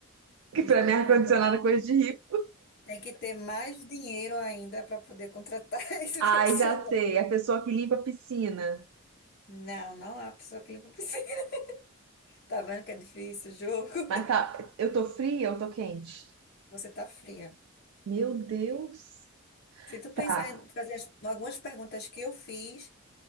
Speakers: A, on the right (about 75°); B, on the left (about 50°).
A: que
B: Não,
A: pra mim
B: não
A: ar-condicionado
B: é, galera.
A: é coisa de rico.
B: Tem que ter mais dinheiro ainda para poder contratar <laughs> esse
A: Ai,
B: profissional.
A: já sei. A pessoa que limpa a piscina.
B: Não, não há pessoa que limpa a piscina. <laughs> Tá vendo que é difícil o jogo?
A: Mas tá, eu tô fria ou tô quente?
B: Você tá fria.
A: Meu Deus.
B: Se tu pensar
A: Tá.
B: em fazer as- algumas perguntas que eu fiz,